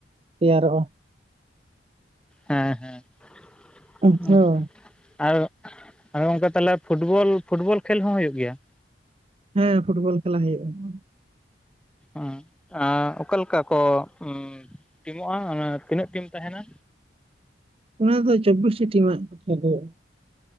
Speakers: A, on the right; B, in the centre.
A: ᱛᱮᱭᱟᱨᱚᱜᱼᱟ,
B: ᱦᱮᱸ ᱦᱮᱸ
A: ᱦᱮᱸ
B: ᱟᱨ, ᱟᱫᱚ ᱜᱚᱢᱠᱮ ᱛᱟᱦᱞᱮ ᱯᱷᱩᱴᱵᱚᱞ ᱯᱷᱩᱴᱵᱚᱞ ᱠᱷᱮᱞ ᱦᱚᱸ ᱦᱩᱭᱩᱜ ᱜᱮᱭᱟ?
A: ᱦᱮᱸ ᱯᱷᱩᱴᱵᱚᱞ ᱠᱷᱮᱞᱟ ᱦᱩᱭᱩᱜᱼᱟ,
B: ᱮᱸ ᱚᱠᱟ ᱞᱮᱠᱟ ᱠᱚ ᱩᱸ ᱴᱤᱢᱚᱜᱼᱟ ᱚᱱᱟ ᱛᱤᱱᱟᱹᱜ ᱴᱤᱢ ᱛᱟᱦᱮᱱᱟ?
A: ᱚᱱᱟ ᱫᱚ ᱪᱚᱵᱽᱵᱤᱥᱴᱤ ᱴᱤᱢᱟᱜ ᱠᱷᱮᱞ ᱦᱳᱭᱳᱜ-ᱟ᱾